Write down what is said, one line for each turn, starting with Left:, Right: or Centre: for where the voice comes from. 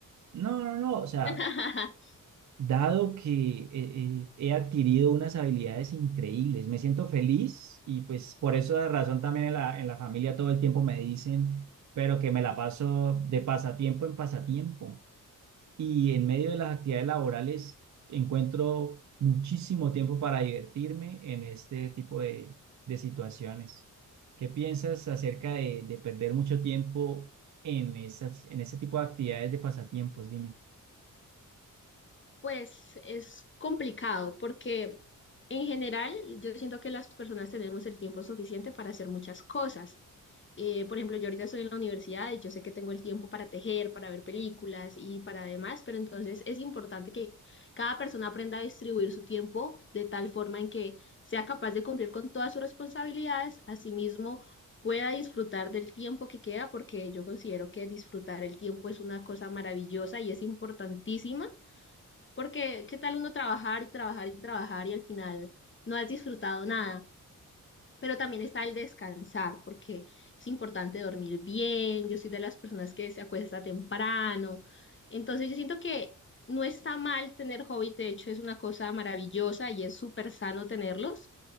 Right: No, no, no, o sea,
Left: <laughs>
Right: dado que eh, eh, he adquirido unas habilidades increíbles, me siento feliz y pues por esa razón también en la, en la familia todo el tiempo me dicen, pero que me la paso de pasatiempo en pasatiempo y en medio de las actividades laborales encuentro muchísimo tiempo para divertirme en este tipo de, de situaciones. ¿Qué piensas acerca de, de perder mucho tiempo en esas, en ese tipo de actividades de pasatiempos? Dime.
Left: Pues es complicado porque en general yo siento que las personas tenemos el tiempo suficiente para hacer muchas cosas. Eh, por ejemplo, yo ahorita estoy en la universidad y yo sé que tengo el tiempo para tejer, para ver películas y para demás, pero entonces es importante que cada persona aprenda a distribuir su tiempo de tal forma en que sea capaz de cumplir con todas sus responsabilidades, asimismo pueda disfrutar del tiempo que queda, porque yo considero que disfrutar el tiempo es una cosa maravillosa y es importantísima, porque qué tal uno trabajar y trabajar y trabajar y al final no has disfrutado nada. Pero también está el descansar, porque es importante dormir bien. Yo soy de las personas que se acuesta temprano. Entonces, yo siento que no está mal tener hobbies. De hecho, es una cosa maravillosa y es súper sano tenerlos.